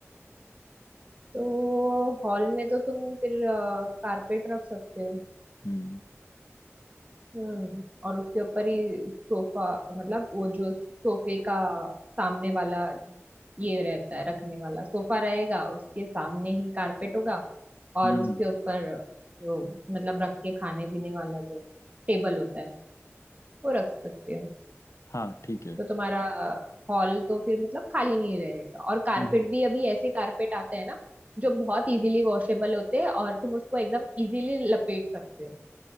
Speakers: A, on the right; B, on the left.
A: तो हॉल में तो तुम फिर कारपेट रख सकते हो
B: हम्म
A: हम्म और उसके ऊपर ही सोफा मतलब वो जो सोफे का सामने वाला ये रहता है रखने वाला सोफा रहेगा उसके सामने ही कारपेट होगा और
B: हम्म
A: उसके
B: हम्म।
A: ऊपर जो मतलब रख के खाने पीने वाला जो टेबल होता है वो रख सकते हो
B: हाँ ठीक है
A: तो तुम्हारा हॉल तो फिर मतलब खाली नहीं रहेगा और कारपेट
B: हम्म
A: भी अभी ऐसे कारपेट आते हैं ना जो बहुत इजीली वॉशेबल होते हैं और तुम उसको एकदम इजीली लपेट सकते हो